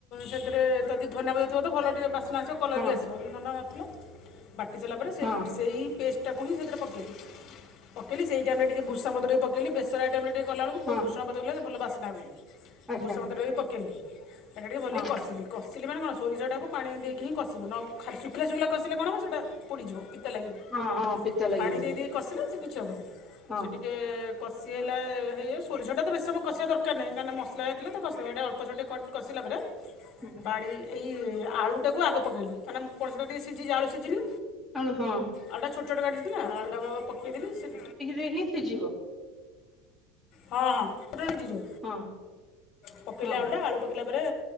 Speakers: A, on the left; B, in the centre.
A: ସେଥିରେ ଯଦି ଧନିଆ ପତ୍ର ଥିବ ତ ଭଲ ଟିକେ ବାସ ନା କଲର
B: ହଁ
A: ବି ଆସିବ। ନନା ନଥିଲା ବାଟି ସାରିଲା ପରେ ସେ
B: ହଁ
A: ସେଇ ପେଷ୍ଟଟାକୁ ହିଁ ସେଥିରେ ପକେଇ ପକେଇଲି ସେଇ ଟାଇମରେ ଟିକିଏ ଭୂଷା ପତ ଟିକେ ପକେଇଲି ବେଷର ଆଇଟମରେ ଟିକେ କଲା ବେଳକୁ
B: ହଁ
A: ପ ଭୁଷଣା ପତକଲେ ଭଲ ବାସ୍ନା ହୁଏ।
B: ଆଚ୍ଛା
A: ଭୁ୍ରସଙ୍ଗ ପତର ବି ପକେଇଲି। ସେଇଟା ଟିକେ ଭଲିକି
B: ହଁ
A: କଷିଲି କଷିଲି ମାନେ କଣ ସୋରିଷଟକୁଣି ଦେଇକିଁ କଷିବ ନ ଖ ଶୁଖିଲା ଶୁଖିଲା କସିଲେ କଣ ହେବ ସେଇଟା ପୋଡ଼ିଯିବ ପୀତା ଲାଗିବ
B: ହଁ ହଁ ପିତା ଲାଗିବ
A: ପାପି ଦେଇ ଦେଇ କସିଲେ ସେ କିଛି ହେବନି
B: ହଁ
A: ସେଟି ଟିକେ କଷି ହେଲା ହେଇ ସୋରିଷଟା ତ ବେଶୀ ସମ କଷିବା ଦରକାର ନାହିଁ କାହିଁକି ମସଲା ହେଇଲେତ କସିଲି ଏଟା ଅଳ୍ପେ କସିଲା ପରେ
B: ହୁଁ।
A: ପାଡ଼ି ଏଇ ଆଳୁଟାକୁ ଆଗ ପକେଇଲି କାହିଁିନା ପଣଞ୍ଚଟା ଟିକେ ସିଝିଛି ଆଳୁ ସିଝିନି
B: ଆଉ ହଁ।
A: ଆଳୁଟା ଛୋଟ ଛୋଟ କାଟି ଥିଲିନା ଆଳୁଟା ପକେଇଦଥିଲି ସେ
B: ସେବି ସିଝିବ।
A: ହଁ ହଁ ଜଳିଯିବ
B: ହଁ
A: ପକେଇଲେ
B: ହଁ
A: ଆଳୁଟା ଆଳୁ ପକ୍ ପକେଇଲା ପରେ